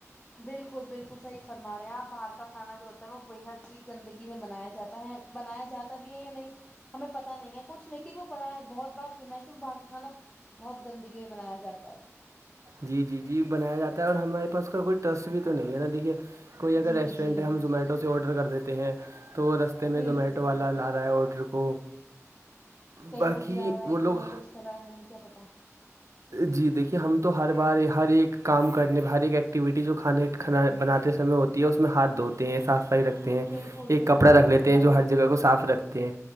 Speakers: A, on the left; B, on the right.
A: بالکل بالکل صحی فرما رہے ہیں آپ باہر کا کھا جو مطب وہ بےحد ہی گندگی میں بنایا جاتا ہے بنایا جاتا بھی ہے یا نہیں ہمیں پت نہیں ہے کچھ لیکن وہ ب ہے بہت بار سننا ہے کہ وہ باہر کا کانا بہت گندگی میں منایا جاتا ہے
B: جی جی جی بنایا جاتا ہے اور ہمارے پاس اس کا کوئی ٹرسٹ بھی تو نہیں ہے نا دیکھیے کوئی اگر
A: جی
B: ریسٹورینٹ
A: جی
B: ہے ہم زومیٹو سے آرڈر کر دیتے ہیں تو رس ہفتے میں
A: بالکل
B: زومیٹو والا
A: بالکل
B: لا رہا ہے آرڈر کو
A: کہیں
B: باقی
A: وہ گرا رہا ہے
B: لوگ
A: کہیں وہ کچھ کر رہا ہے ہمیں کیا پتا
B: جی دیکھیے ہم تو ہر بار ہر ایک کام کرنے پ ہر ایک ایکٹیویٹی جو کھانے کھانا بناتے سمے ہوتی ہے اس میں ہاتھ دھوتے ہیں صاف صفائی رکھتے ہیں
A: بالکل
B: ایک
A: بالکل
B: کپڑا رکھ
A: صحیح
B: لیتے
A: فرمایا
B: ہیں جو ہر
A: آپ
B: جگہ کو صاف رکھتے ہیں